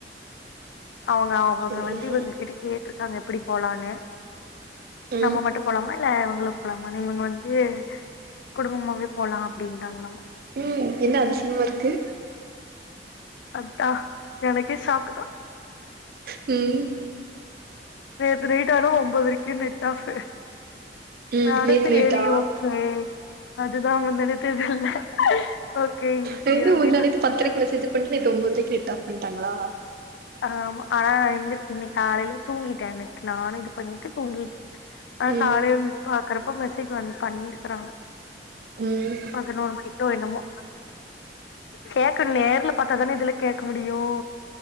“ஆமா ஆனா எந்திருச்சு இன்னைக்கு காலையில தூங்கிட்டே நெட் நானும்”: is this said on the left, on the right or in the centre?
Left